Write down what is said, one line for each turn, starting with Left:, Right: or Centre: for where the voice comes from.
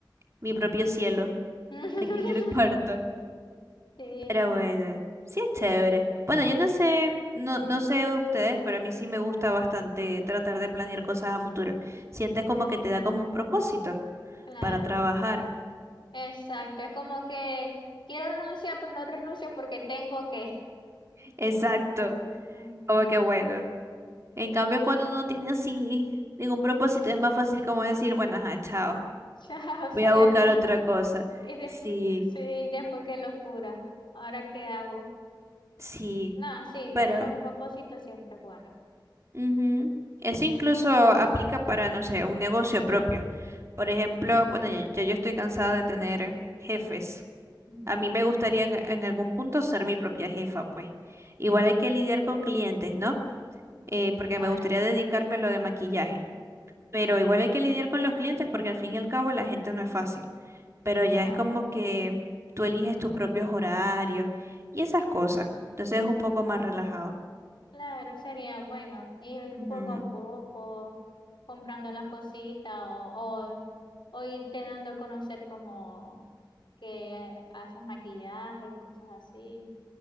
Right: mi propio cielo
Left: <laughs>
Right: aquí en el <laughs> cuarto.
Left: Sí,
Right: Pero bueno, sí es chévere. Bueno, yo no sé, no, no sé ustedes, pero a mí sí me gusta bastante tratar de planear cosas a futuro. Sientes como que te da como un propósito
Left: claro,
Right: para trabajar.
Left: exacto. Es como que quiero renunciar, pero no renuncio porque tengo que.
Right: Exacto.
Left: Ujú.
Right: Como
Left: <laughs>
Right: que bueno. En cambio, cuando uno tiene así ningún propósito, es más fácil como decir, bueno, ajá, chao.
Left: Chao, Sayana.
Right: Voy a buscar otra cosa.
Left: Y de,
Right: Sí,
Left: sí, después qué locura. ¿Ahora qué hago?
Right: sí.
Left: No, sí,
Right: Pero
Left: tener un propósito siempre es bueno.
Right: Ujú. Eso incluso aplica para, no sé, un negocio propio. Por ejemplo, bueno, ya, ya yo estoy cansada de tener jefes.
Left: Ujú.
Right: A mí me gustaría en, en algún punto ser mi propia jefa, pues. Igual hay que lidiar con clientes, ¿no? Eh, porque
Left: Claro,
Right: me gustaría dedicarme a lo de maquillaje. Pero igual
Left: sí.
Right: hay que lidiar con los clientes porque al fin y al cabo la gente no es fácil. Pero
Left: No.
Right: ya es como que tú eliges tus propios horarios y esas cosas. Entonces es un poco más relajado.
Left: Claro, sería bueno ir
Right: Ujú.
Left: poco a poco comprando las cositas o, o, o irte dando a conocer como que haces maquillaje y cosas así.